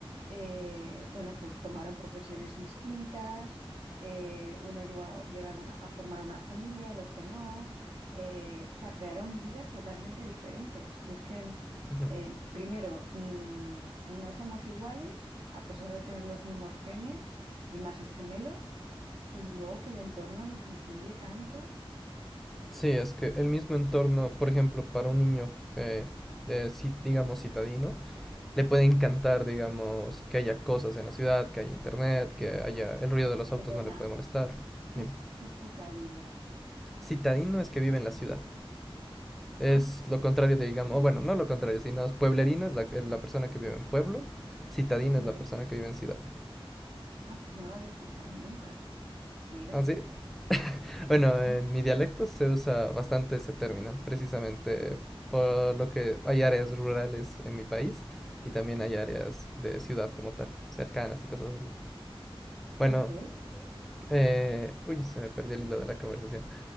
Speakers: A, on the right; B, in the centre.
A: eh, bueno, pues tomaron profesiones distintas, eh, uno llegó a llegar una- a formar una familia, el otro no, eh, o sea, crearon vidas totalmente diferentes. Y es que, el,
B: ujú.
A: eh, primero, mm, no somos iguales, a pesar de tener los mismos genes y más en gemelos, y luego que el entorno nos influye tanto.
B: Sí, es que el mismo entorno, por ejemplo, para un niño, eh, eh, ci- digamos, citadino, le puede encantar, digamos, que haya cosas en la ciudad, que haya internet, que haya el ruido de los
A: Perdona,
B: autos no le puede molestar.
A: ¿qué
B: Dime.
A: es, qué es citadino?
B: Citadino es que vive en la ciudad. Es
A: Ah,
B: lo contrario de, digamos, o bueno, no lo contrario, sino es pueblerino es la, eh, la persona que vive en pueblo, citadino
A: sí,
B: es la persona que vive en ciudad.
A: ah, pues no lo había escuchado nunca. Mira,
B: ¿Así? bueno,
A: Ujú.
B: en mi dialecto se usa bastante ese término, precisamente por lo que hay áreas rurales en mi país y también hay áreas de ciudad como tal, cercanas y cosas así. Bueno,
A: ok.
B: Eh, uy, se me perdió el hilo de la conversación.